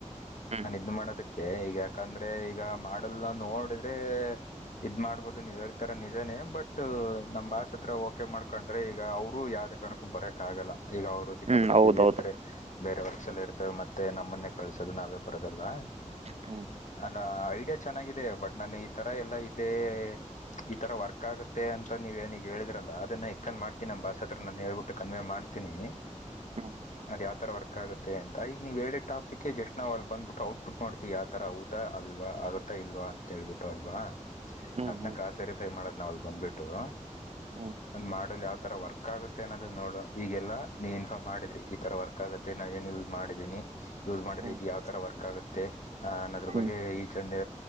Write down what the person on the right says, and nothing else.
ಹ್ಮ್
ಹ್ಮ್ ಹೌದೌದು
ಹ್ಮ್
ಹ್ಮ್
ಹ್ಮ್
ಹ್ಮ್
ಹ್ಮ್
ಹ್ಮ್
ಹ್ಮ್